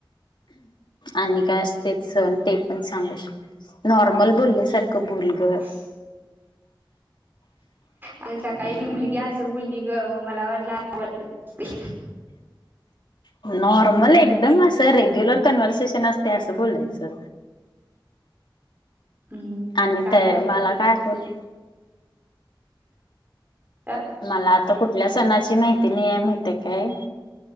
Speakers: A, on the left (about 70°); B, on the right (about 25°).
A: आणि काय असते सण ते पण सांगू शकतो नॉर्मल बोलल्यासारखं बोल गं
B: <unintelligible> आ सकाळी ती मुलगी असं बोलली ग मग मला वाटलं बोलली
A: नॉर्मल एकदम असं रेग्युलर कन्व्हर्सेशन असते असं बोलायचं
B: हम्म
A: आणि
B: सांग
A: ते
B: बी आता
A: मला
B: तू
A: काय आठवत
B: तर
A: मला आता कुठल्या सणाची माहिती नाही आहे माहती काय